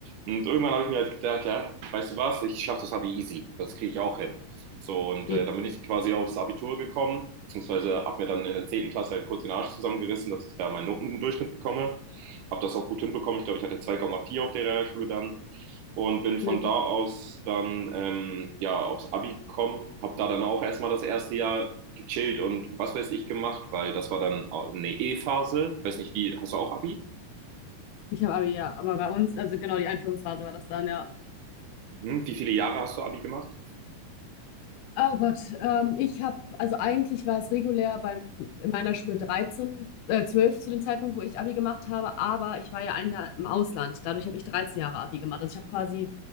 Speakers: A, on the right; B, on the left.
A: Und irgendwann habe ich mir halt gedacht, ja, weißt du was, ich schaffe das Abi easy. Das kriege ich auch hin. So, und
B: Mhm.
A: äh, dann bin ich quasi aufs Abitur gekommen, beziehungsweise habe mir dann in der zehnten Klasse halt kurz den Arsch zusammengerissen, dass ich da meinen Notendurchschnitt bekomme habe das auch gut hinbekommen. Ich glaube, ich hatte 2,4 auf der Realschule dann und bin von
B: Ne.
A: da aus dann ähm, ja aufs Abi gekommen, habe da dann auch erstmal das erste Jahr gechillt und was weiß ich gemacht, weil das war dann eine E-Phase. Ich Weiß nicht, wie hast du auch Abi?
B: Ich habe Abi, ja, aber bei uns, also genau die Einführungsphase war das dann, ja.
A: Mhm. Wie viele Jahre hast du Abi gemacht?
B: Oh Gott, ähm, ich habe, also eigentlich war es regulär beim, in meiner Schule dreizehn, äh, 12 zu dem Zeitpunkt, wo ich Abi gemacht habe, aber ich war ja ein Jahr im Ausland. Dadurch habe ich 13 Jahre Abi gemacht. Also ich habe quasi,